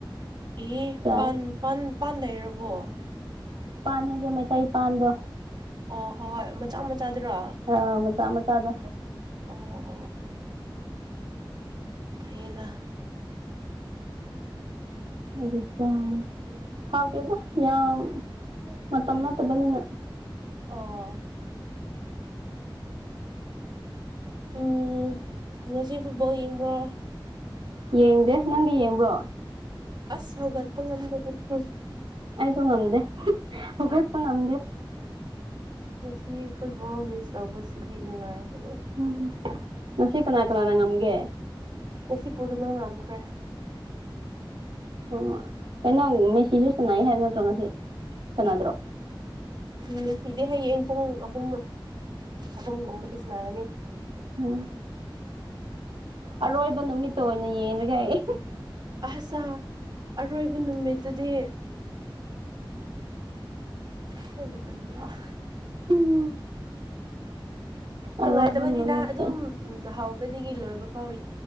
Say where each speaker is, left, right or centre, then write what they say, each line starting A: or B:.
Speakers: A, on the right; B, on the right.
A: ꯏ
B: ꯆꯥꯏ
A: ꯄꯥꯟ ꯄꯥꯟ ꯄꯥꯟ ꯂꯩꯔꯕꯣ
B: ꯄꯥꯟ ꯍꯥꯏꯁꯦ ꯃꯩꯇꯩ ꯄꯥꯟꯗꯣ
A: ꯑꯣ ꯍꯣꯏ ꯍꯣꯏ ꯃꯆꯥ ꯃꯆꯥꯗꯨꯔꯣ
B: ꯑꯥ ꯃꯆꯥ ꯃꯆꯥꯥꯗꯣ
A: ꯑꯣ ꯑꯣ ꯑꯣ ꯐꯩꯌꯦꯅ
B: ꯑꯗꯨ ꯁ ꯍꯥꯎꯇ‌ꯦꯗ ꯌꯥꯝ ꯃꯇꯝ ꯅꯠꯇꯕꯅꯤꯅ
A: ꯑꯣ <inaudible> <unintelligible> ꯎꯝ ꯉꯁꯤ ꯐꯨꯠꯕꯣꯜ ꯌꯦꯡꯕ꯭ꯔꯣ꯫
B: ꯌꯦꯡꯗꯦ ꯅꯪꯗꯤ ꯌꯦꯡꯕ꯭ꯔꯣ
A: ꯑꯁ ꯍꯧꯒꯠꯄ ꯉꯝꯗꯦ ꯑꯩꯗꯤ꯫
B: ꯑꯩꯁꯨ ꯉꯝꯗꯦ ꯍꯧꯈꯠꯄ ꯉꯝꯗꯦ
A: ꯉꯁꯤ ꯐꯨꯠꯕꯣꯜ ꯃꯤꯁ ꯇꯧꯕꯁꯤꯗꯤ ꯅꯨꯡꯉꯥꯏꯗꯕ
B: ꯎꯝ
A: ꯑꯃꯅꯤ
B: ꯉꯁꯤ ꯀꯅꯥ ꯀꯅꯥꯅ ꯉꯝꯒ‌ꯦ
A: ꯉꯁꯤ ꯄꯨꯔꯗꯨꯉ ꯉꯝꯈ꯭ꯔꯦ
B: ꯑꯣ ꯀꯩꯅꯣ ꯃꯦꯁꯤꯁꯨ ꯁꯥꯟꯅꯩ ꯍꯥꯏꯕ ꯅꯠꯇ꯭ꯔꯣ ꯉꯁꯤ ꯁꯥꯟꯅꯗ
A: ꯎ ꯅꯨꯄꯤꯗꯤ ꯍꯌꯦꯡ ꯄꯨꯡ ꯑꯍꯨꯝ ꯑꯍꯨꯝꯒꯨꯝꯕꯗꯤ ꯁꯅꯥꯒꯅꯤ
B: ꯎꯝ ꯑꯔꯣꯏꯕ ꯅꯨꯃꯤꯠꯇ ꯑꯣꯏꯅ ꯌꯦꯡꯉꯒ ꯑꯩ
A: ꯑꯁꯥ ꯑꯔꯣꯏꯕ ꯅꯨꯃꯤꯠꯇꯨꯗꯤ ꯈ‌ꯣꯏꯗꯨꯃꯟꯗ꯭ꯔ‌ꯣ
B: ꯎꯝ ꯑꯔꯣꯏꯕ
A: ꯅꯨꯡꯉꯥꯏꯇꯕꯅꯤꯅ
B: ꯅꯨꯃꯤꯠꯇ
A: ꯑꯗꯨꯝ ꯎ ꯍꯥꯎꯕꯗꯒꯤ ꯂꯣꯏꯕ ꯐꯥꯎ